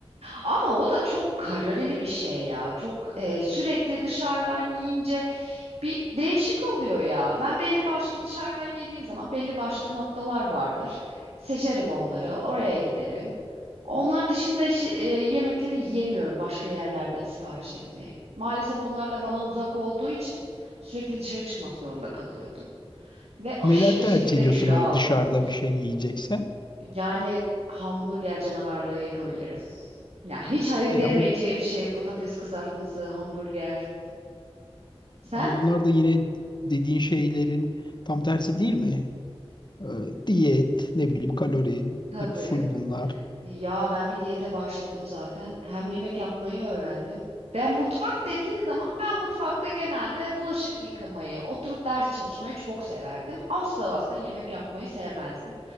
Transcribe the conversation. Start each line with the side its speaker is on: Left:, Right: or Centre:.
Right: Ama o da çok kalorili bir şey ya. Çok e, sürekli dışarıdan yiyince bir değişik oluyor ya. Ben belli başlı dışarıdan yediğim zaman belli başlı noktalar vardır. Seçerim onları, oraya giderim. Onlar dışında işi- e, yemekleri yiyemiyorum başka yerlerden sipariş etmeyi. Maalesef onlar da bana uzak olduğu için sürekli dışarı çıkmak zorunda kalıyordu. Ve aşırı
Left: Neler tercih
Right: şekilde
Left: ediyorsun
Right: kilo
Left: böyle
Right: aldım
Left: dışarıda
Right: biliyor musun?
Left: bir şey yiyeceksen?
Right: Yani hamburger canavarlığı yapabilirim. Ya hiç hayır
Left: E
Right: diyemeyeceğim
Left: ama
Right: şey patates kızartması, hamburger. Sen?
Left: ama bunlar da yine dediğin şeylerin tam tersi değil mi? Ee, diyet, ne bileyim kalori,
Right: Tabii.
Left: hep full bunlar.
Right: Ya ben bir diyete başladım zaten. Hem yemek yapmayı öğrendim. Ben mutfak dediğin zaman ben mutfakta genelde bulaşık yıkamayı, oturup ders çalışmayı çok severdim. Asla asla yemek yapmayı sevmezdim.